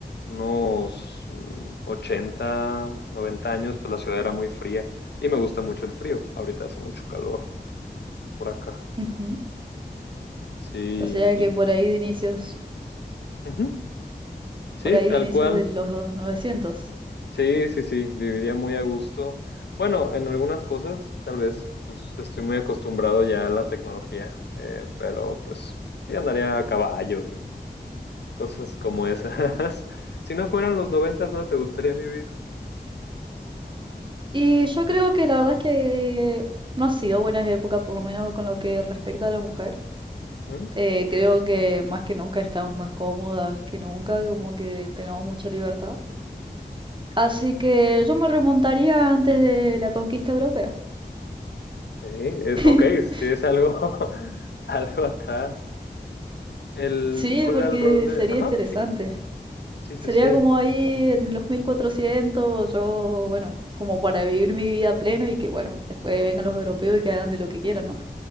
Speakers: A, on the left; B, on the right.
A: unos mm, 80, 90 años, pues la ciudad era muy fría y me gusta mucho el frío. Ahorita hace mucho calor por acá.
B: Ujú.
A: Sí,
B: O sea
A: y-
B: que por ahí de inicios,
A: ujú, Sí,
B: por ahí
A: tal
B: de inicios
A: cual.
B: de los 900.
A: Sí, sí, sí, viviría muy a gusto. Bueno, en algunas cosas, tal vez, pues estoy muy acostumbrado ya a la tecnología, eh, pero pues sí andaría a caballo cosas como esas. <laughs> Si no fueran los noventas, no te gustaría vivir.
B: Y yo creo que la verdad es que no ha sido buena época, por lo menos con lo que respecta a la mujer.
A: Ujú.
B: Eh, creo que más que nunca estamos más cómodas que nunca, como que tenemos mucha libertad. Así que yo me remontaría antes de la conquista europea.
A: Sí, eh,
B: <laughs>
A: ok, sí es algo, <laughs> algo atrás. El,
B: Sí,
A: ¿cuál
B: porque
A: era el rol de...?
B: sería
A: Ajá,
B: interesante.
A: sí, cuéntame. sí, sí,
B: Sería
A: sí.
B: como ahí en los 1400 yo, bueno, como para vivir mi vida a pleno y que, bueno, después vengan los europeos y que hagan de lo que quieran, ¿no?